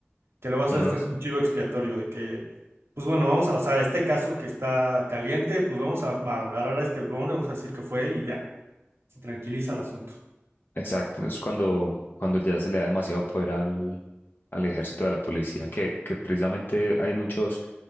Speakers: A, on the right; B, on the left.
A: que lo vas
B: No,
A: a, este es un chivo expiatorio de que, pues bueno, vamos a, o sea, este caso que está caliente, pues vamos a, a agarrar a este hombre, vamos a decir que fue él y ya, se tranquiliza el asunto.
B: Exacto, es cuando, cuando ya se le da demasiado poder al, al ejército de la policía, que, que precisamente hay muchos,